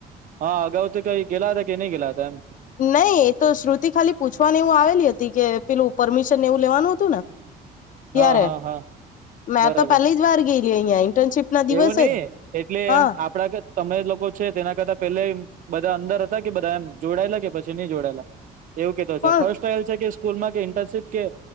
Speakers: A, on the right; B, on the left.
A: હા અગાઉ તો કંઈ ગેલા હતા કે નહી ગેલા હતા એમ
B: નહીં એ તો શ્રુતિ ખાલી પૂછવાનું એવું આવેલી હતી, કે પેલું પરમિશન એવું લેવાનું હતું ને ત્યારે
A: હા હા હા
B: મેં
A: બરાબર
B: તો પેલી જ વાર ગેયલી અહીંયા ઇન્ટર્નશીપ ના દિવસે
A: એવું નહીં
B: જ
A: એટલે
B: હા
A: એમ આપડા તમે લોકો છે, તેના કરતા પેહલે બધા અંદર હતા કે બધા એમ જોડાયેલા કે પછી નહી જોડાયેલા. એવું કીધું છે
B: પણ
A: ફર્સ્ટલ છે કે સ્કૂલમાં કે ઇન્ટર્નશીપ કે